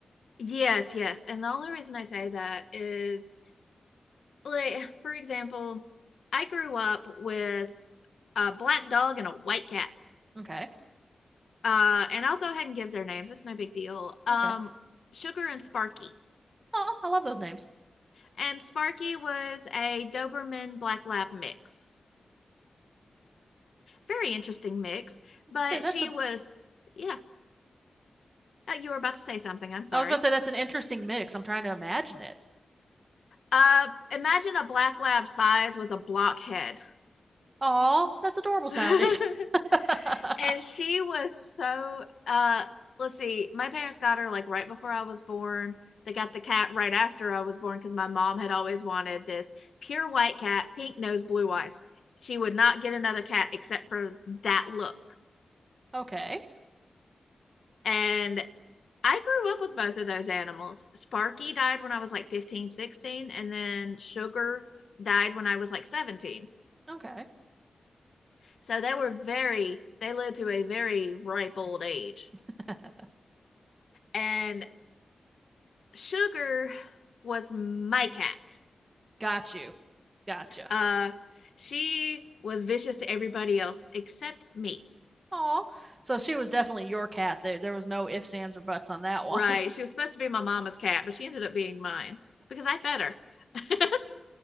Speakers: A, on the left; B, on the right.
A: Yes, yes. And the only reason I say that is like for example, I grew up with a black dog and a white cat.
B: Okay.
A: Uh, and I'll go ahead and give their names. It's no big deal. Um,
B: Okay.
A: Sugar and Sparky.
B: Oh, I love those names.
A: And Sparky was a Doberman Black Lab mix. Very interesting mix. But
B: Say That's
A: she
B: a
A: was, yeah, uh, you were about to say something. I'm sorry.
B: I was about to say that's an interesting mix. I'm trying to imagine it.
A: Uh, imagine a black lab size with a block head.
B: Aw, that's adorable
A: <laughs>
B: sounding. <laughs>
A: and she was so uh let's see my parents got her like right before i was born they got the cat right after i was born because my mom had always wanted this pure white cat pink nose blue eyes she would not get another cat except for that look
B: Okay.
A: and i grew up with both of those animals sparky died when i was like 15, 16, and then sugar died when i was like 17
B: Okay.
A: so they were very they lived to a very ripe old age
B: <laughs>
A: and Sugar was my cat.
B: Got you. Gotcha.
A: Uh, she was vicious to everybody else except me.
B: Aw. So she was definitely your cat. There there was no ifs, ands, or buts on that one.
A: Right.
B: <laughs>
A: She was supposed to be my mama's cat, but she ended up being mine because I fed her. <laughs>